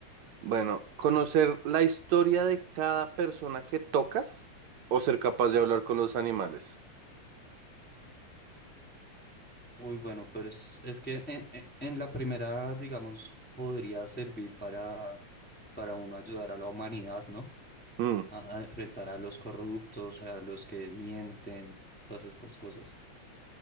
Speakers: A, on the right (about 70°); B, in the centre.
A: bueno, conocer la historia de cada persona que tocas o ser capaz de hablar con los animales.
B: Uy, bueno, pero es, es que en, en- en la primera, digamos, podría servir para, para uno ayudar a la humanidad, ¿no?
A: Mm,
B: A, a enfrentar a los corruptos, a los que mienten, todas estas cosas.